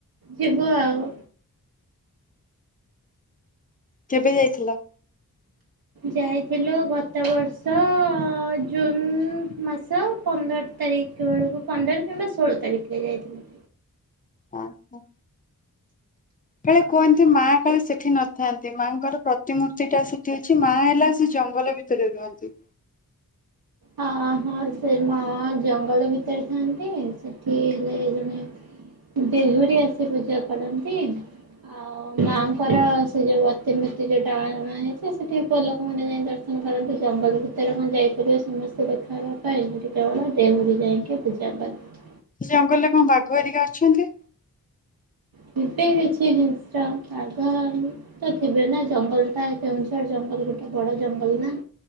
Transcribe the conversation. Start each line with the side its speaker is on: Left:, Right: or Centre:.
Right: ଯିବୁ ଆଉ।
Left: କେବେ ଯାଇଥିଲ?
Right: ଯାଇଥିଲୁ ଗତ ବର୍ଷ ଜୁନ ମାସ ପନ୍ଦର ତାରିଖ ବେଳକୁ ପନ୍ଦର କିମ୍ବା ଷୋହଳ ତାରିଖରେ ଯାଇଥିଲୁ।
Left: ହ ହୋ କାଳେ କୁହନ୍ତି ମା କାଳେ ସେଠି ନଥାନ୍ତି ମାଆଙ୍କର ପ୍ରତିମୂର୍ତ୍ତି ଟା ସେଠି ଅଛି ମା ହେଲା ସେ ଜଙ୍ଗଲ ଭିତରେ ରୁହନ୍ତି।
Right: ହଁ ହଁ ସେ ମା ଜଙ୍ଗଲ ଭିତରେ ଥାଆନ୍ତି ସେଠି ହେଲେ ଜଣେ ଦେହୁରୀ ଆସି ପୂଜା କରନ୍ତି ଆଉ ମାଆଙ୍କର ସେ ଯୋଉ ଅତିମୂର୍ତ୍ତି ଯୋଉଟା ଅଣା ହେଇଛି ସେଠି ପୁଅ ଲୋକମାନେ ଯାଇ ଦର୍ଶନ କରନ୍ତି ଜଙ୍ଗଲ ଭିତରେ କଣ ଯାଇପାରିବ ସମସ୍ତେ ଦେଖା ହେବା ପାଇଁ ସେଠି କେବଳ ଦେହୁରି ଯାଇକି ପୂଜା କରେ।
Left: ସେ ଜଙ୍ଗଲରେ କଣ ବାଘ ଏରିକା ଅଛନ୍ତି?
Right: ଥିବେ କିଛି ହିଂସ୍ର। ଆଗର ଥିବେ ନା ଜଙ୍ଗଲ ଟା କେଉଁଝର ଜଙ୍ଗଲ ଗୋଟେ ବଡ ଜଙ୍ଗଲ ନା।